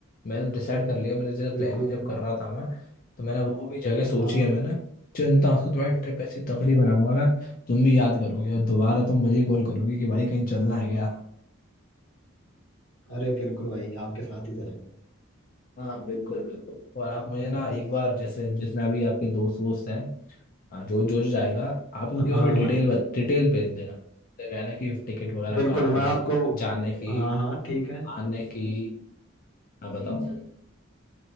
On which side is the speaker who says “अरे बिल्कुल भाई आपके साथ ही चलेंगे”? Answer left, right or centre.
Left